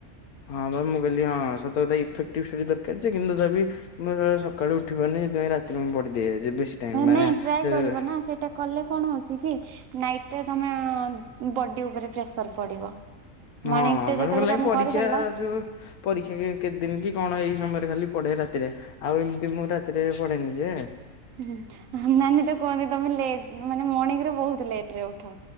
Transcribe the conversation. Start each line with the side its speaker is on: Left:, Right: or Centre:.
Left: ହଁ ବା ମୁଁ କହିଲି ହଁ, ସତ କଥା ଇଫେକ୍ଟିଭ୍ ସେଠି କହିଲେ ଦରକାର ଯେ କିନ୍ତୁ ତଥାବି ମୁଁ ସବୁବେଳେ ସକାଳୁ ଉଠି ପାରୁନି ସେଥିପାଇଁ ରାତିରେ ମୁଁ ପଢ଼ିଦିଏ ଯେ ବେଶୀ ଟାଇମ୍, ମାନେ
Right: ନାଇଁ ଟ୍ରାଏ
Left: ଫେରେ
Right: କରିବ ନା ସେଇଟା କଲେ କଣ ହଉଚି କି, ନାଇଟ୍ ରେ ତମ ବଡି ଉପରେ ପ୍ରେସର୍ ପଡିବ। ମର୍ଣ୍ଣିଂ
Left: ହଁ,
Right: ଟା ଯେତେବେଳେ
Left: ମାନେ ମୁଁ କଇଲି ନାଇଁ
Right: ତମେ
Left: ପରୀକ୍ଷା
Right: କରିଦେଲ
Left: ଯୋଉ ପରୀକ୍ଷା କେତେ ଦିନ୍ କି କଣ ଏଇ ସମୟରେ ଖାଲି ପଢେ ରାତିରେ, ଆଉ ଏମ୍ତି ମୁଁ ରାତିରେ ପଢେନି ଯେ।
Right: ହୁଁ ନାନୀ ତ କୁହନ୍ତି ତମେ ଲେଟ୍ ମାନେ ମର୍ଣ୍ଣିଙ୍ଗରେ ବହୁତ୍ ଲେଟ୍ ରେ ଉଠ।